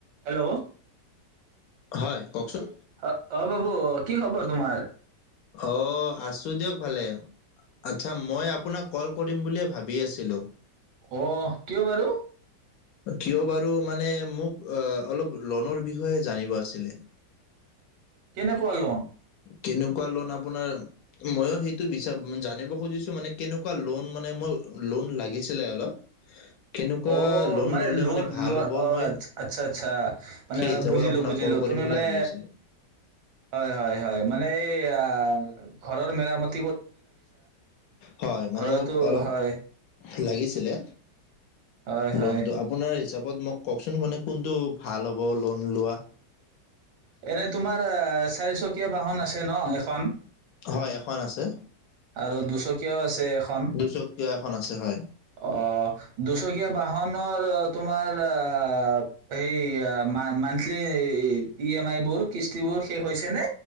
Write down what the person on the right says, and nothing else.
হেল্ল',
অ' অ' বাবু। কি খবৰ তোমাৰ?
আহ কিয় বাৰু
কেনেকুৱা লোন?
অ' মানে
লোন
ল
অ'
আচ্ছা -আচ্ছা মানে
হয়
বুজিলো
-বুজিলো
তুমি
মানে
হয় -হয় -হয়। মানে এই আ ঘৰৰ মেৰা মতি।
ঘৰতো
হয়
হয় হয়
এনে তোমাৰ আ' চাৰি চকীয়া বাহন আছে ন এখন।
আৰু দুচকীয়াও আছে। এখন
অ' দুচকীয়া বাহন। হা মাৰ তোমাৰ আ হেই মা মান্থলি ই এম আই বোৰ কিস্তিবোৰ শেষ হৈছে নে?